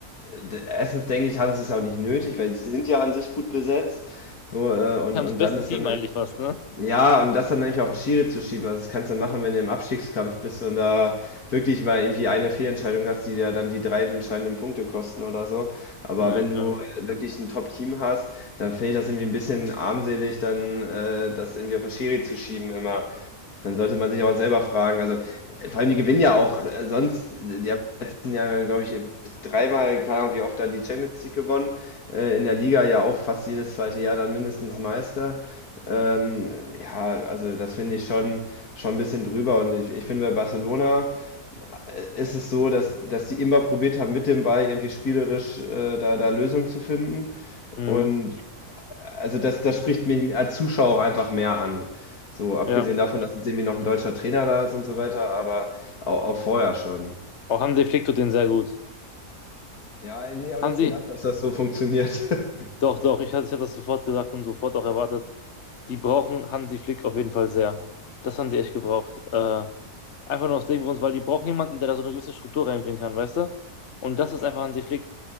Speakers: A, on the left; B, on the left.
A: äh, d- erstens denke ich, haben sie es auch nicht nötig, weil sie sind ja an sich gut besetzt. So, äh, und,
B: Die haben
A: und
B: das beste
A: dann ist
B: Team
A: dann
B: eigentlich fast, ne?
A: ja, und das dann nämlich auf den Schiri zu schieben, also das kannst du machen, wenn du im Abstiegskampf bist und da wirklich mal irgendwie eine Fehlentscheidung hast, die dir dann die drei entscheidenden Punkte kosten oder so. Aber
B: Ja,
A: wenn du
B: ja.
A: wirklich ein Top-Team hast, dann finde ich das irgendwie ein bisschen armselig, dann äh, das irgendwie auf den Schiri zu schieben immer. Dann sollte man sich auch selber fragen. Also äh, vor allem die gewinnen ja auch äh, sonst, die haben im letzten Jahre, glaube ich, dreimal, keine Ahnung, wie oft dann die Champions League gewonnen. Äh, in der Liga ja auch fast jedes zweite Jahr dann mindestens Meister. Ähm, ja, also das finde ich schon, schon ein bisschen drüber. Und ich, ich finde, bei Barcelona äh, ist es so, dass, dass die immer probiert haben, mit dem Ball irgendwie spielerisch äh, da, da Lösungen zu finden.
B: Mhm.
A: Und also das, das spricht mich als Zuschauer auch einfach mehr an. So, abgesehen
B: Ja.
A: davon, dass jetzt irgendwie noch ein deutscher Trainer da ist und so weiter, aber auch, auch vorher schon,
B: Auch Hansi Flick tut den sehr gut.
A: Ja, hätte ich auch
B: Hansi,
A: nicht gedacht, dass. dass das so funktioniert. <laughs>
B: doch, doch, ich, hatte- ich hatte das sofort gesagt und sofort auch erwartet. die brauchen Hansi Flick auf jeden Fall sehr. Das haben die echt gebraucht. Äh, einfach nur aus dem Grund, weil die brauchen jemanden, der da so eine gewisse Struktur reinbringen kann, weißt du? Und das ist
A: Ja,
B: einfach Hansi Flick.